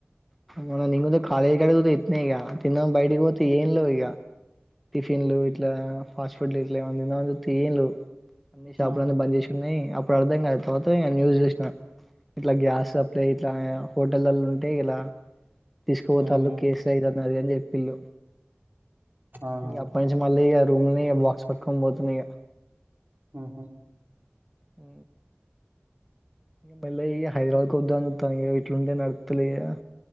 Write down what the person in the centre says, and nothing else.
మొన్న నెంగూత కాలేజ్ కాడ గుత ఇట్నే ఇగ తిందామని బయిటికి పోతే ఏం లేవు ఇగ టిఫిన్లు ఇట్లా ఫాస్ట్ ఫుడ్లు ఇట్లా ఎమన్న తిందామని చూత్తే ఏం లెవ్ షాపులన్ని
బంద్ చేసి ఉన్నాయి అప్పుడు అర్థం కాదు తర్వాత ఇగ న్యూస్ చూసినా ఇట్లా గ్యాస్ లట్ల ఇట్లా హోటల్లల ఉంటాయి ఇలా తీసుకోపోతల్లు
కేసులు అయి అది అని చెప్పిళ్ళు
ఇగ అప్పటి నుంచి మళ్ళీ ఇగ రూముల్నే ఇగ బాక్స్ పట్టుకొని పోతున్నా ఇగ
ఊ ఇగ మెల్లగ ఇగ హైదరాబాద్ కోద్దామని చూస్తన ఇగ ఇట్లుంటే నడుస్తలేదు ఇగ